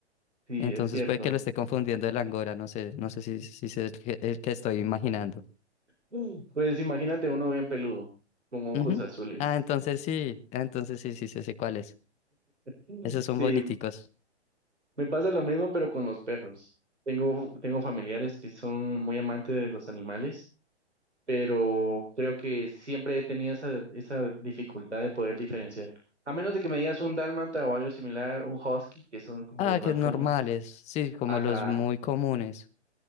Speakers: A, on the right; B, on the left.
A: Sí,
B: Entonces
A: es cierto.
B: puede que lo esté confundiendo el angora, no sé, no sé si, si es el que, el que estoy imaginando.
A: Mm. Pues imagínate uno bien peludo, con ojos
B: Ujú.
A: azules.
B: Ah, entonces sí, ah, entonces sí, sí, sí, sé cuál es.
A: Mm.
B: Esos
A: Sí,
B: son boniticos.
A: me pasa lo mismo, pero con los perros. Tengo, tengo familiares que son muy amantes de los animales, pero creo que siempre he tenido esa, esa dificultad de poder diferenciar. A menos de que me digas un dálmata o algo similar, un husky, que son como
B: Ah,
A: los más
B: que normales,
A: comunes.
B: sí, como
A: Ajá,
B: los muy comunes.